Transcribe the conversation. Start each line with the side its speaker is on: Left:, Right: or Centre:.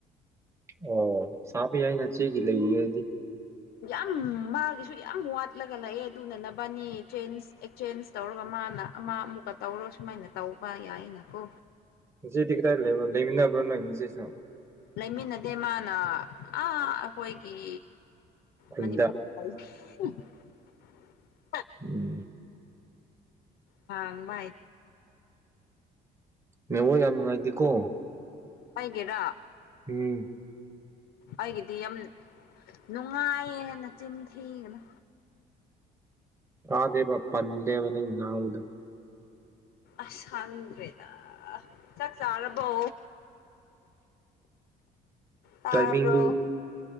Right: ꯑꯣ ꯁꯥꯕ ꯌꯥꯏ ꯅꯆꯦꯒꯤ ꯂꯩꯌꯦꯗꯤ
Left: ꯌꯥꯝ ꯃꯥꯒꯤꯁꯨ ꯌꯥꯝ ꯋꯥꯠꯂꯒ ꯂꯩꯑꯦ ꯑꯗꯨꯅ ꯅꯕꯅꯤ ꯆꯦꯟꯁ ꯆꯦꯟꯖ ꯇꯧꯔꯒ ꯃꯥꯅ ꯑꯃ ꯑꯃꯨꯛꯀ ꯇꯧꯔꯣ ꯁꯨꯃꯥꯏꯅ ꯇꯧꯕ ꯌꯥꯏꯅꯀꯣ
Right: ꯍꯧꯖꯤꯛꯗꯤ ꯀꯗꯥꯏ ꯂꯩꯕꯔ ꯂꯩꯃꯤꯟꯅꯕ꯭ꯔꯣ ꯅꯪ ꯏꯆꯦꯁꯨ
Left: ꯂꯩꯃꯤꯟꯅꯗꯦ ꯃꯥꯅ ꯑꯥ ꯑꯩꯈꯣꯏꯒꯤ
Right: ꯈꯨꯟꯗ
Left: ꯃꯅꯤꯄꯨꯔ <unintelligible>
Right: ꯎꯝ
Left: ꯈꯥꯡ ꯃꯥꯥꯏ
Right: ꯅꯦꯠꯋꯥꯛ ꯌꯥꯝ ꯅꯨꯡꯉꯥꯏꯇꯦꯀꯣ
Left: ꯑꯩꯒꯤꯔ
Right: ꯎꯝ
Left: ꯑꯩꯒꯤꯗꯤ ꯌꯥꯝ ꯅꯨꯡꯉꯥꯏꯌꯦ ꯍꯦꯟ ꯅꯆꯤꯟ ꯊꯤꯒꯅꯨ
Right: ꯇꯗꯦꯕ ꯄꯟꯔꯦꯕ ꯅꯪ ꯉꯥꯡꯕꯗꯣ
Left: ꯑꯁ ꯍꯪꯗ꯭ꯔꯦꯗ ꯆꯥꯛ ꯆꯥꯔꯕꯣ
Right: <inaudible>
Left: ꯇꯥꯕ꯭ꯔꯣ
Right: ꯇꯥꯏꯃꯤꯡꯗꯨ